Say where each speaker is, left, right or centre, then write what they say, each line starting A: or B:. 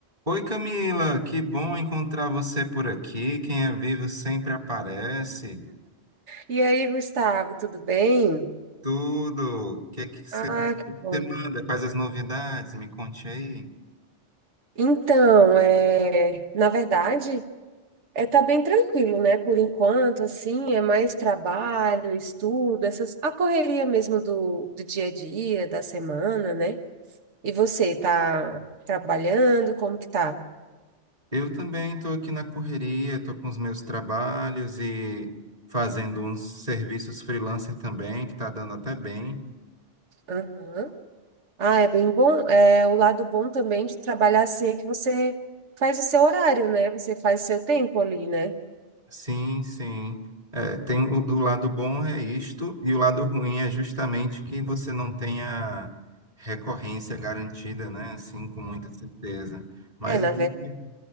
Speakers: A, on the right; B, on the right.
A: Oi Camila, que bom encontrar você por aqui. Quem é vivo sempre aparece.
B: E aí, Gustavo, tudo bem?
A: Tudo. O que que você
B: Ah, que
A: você
B: bom.
A: manda? Quais as novidades? Me conte aí.
B: Então, é, na verdade, é tá bem tranquilo, né? Por enquanto, assim, é mais trabalho, estudo, essas a correria mesmo do, do dia a dia, da semana, né? E você tá trabalhando? Como que tá?
A: Eu também estou aqui na correria, estou com os meus trabalhos e fazendo uns serviços freelancer também, que está dando até bem.
B: Aham. Ah, é bem bom. É, o lado bom também de trabalhar assim é que você faz o seu horário, né? Você faz o seu tempo ali, né?
A: Sim, sim. É, tem o, o lado bom é isto, e o lado ruim é justamente que você não tenha recorrência garantida, né? Assim, com muita certeza. Mas
B: É, na
A: a gente.
B: verdade,